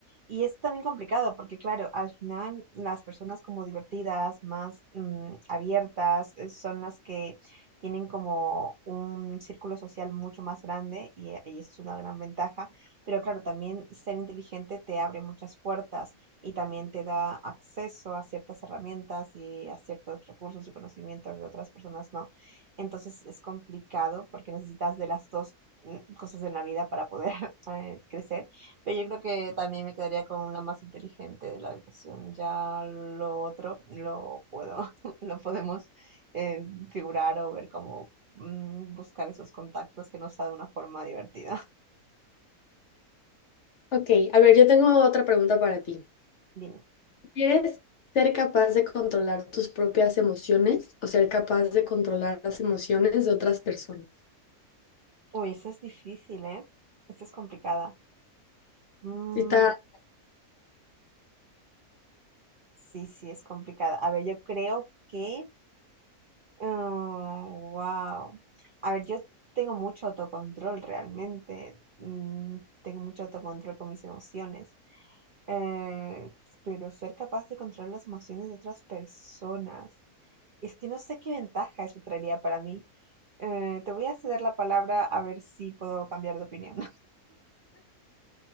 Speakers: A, on the right; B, on the left.
A: Y es también complicado porque, claro, al final las personas como divertidas, más mm, abiertas, eh, son las que tienen como un círculo social mucho más grande y, eh, y eso es una gran ventaja. Pero claro, también ser inteligente te abre muchas puertas y también te da acceso a ciertas herramientas y a ciertos recursos y conocimientos que otras personas no. Entonces es complicado porque necesitas de las dos mm, cosas en la vida para poder <laughs> eh, crecer, pero yo creo que también me quedaría con la más inteligente de la habitación. Ya lo otro lo puedo, <laughs> lo podemos eh, figurar o ver cómo mm, buscar esos contactos que nos da de una forma divertida. <laughs>
B: Ok, a ver, yo tengo otra pregunta para ti.
A: Dime.
B: ¿Quieres ser capaz de controlar tus propias emociones o ser capaz de controlar las emociones de otras personas?
A: Uy, esa es difícil, ¿eh? Esa es complicada. Mm,
B: Sí está
A: sí, sí, es complicada. A ver, yo creo que wow. A ver, yo tengo mucho autocontrol realmente. mm, tengo mucho autocontrol con mis emociones. eh, pero ser capaz de controlar las emociones de otras personas, es que no sé qué ventaja eso traería para mí. Eh, te voy a ceder la palabra a ver si puedo cambiar de opinión.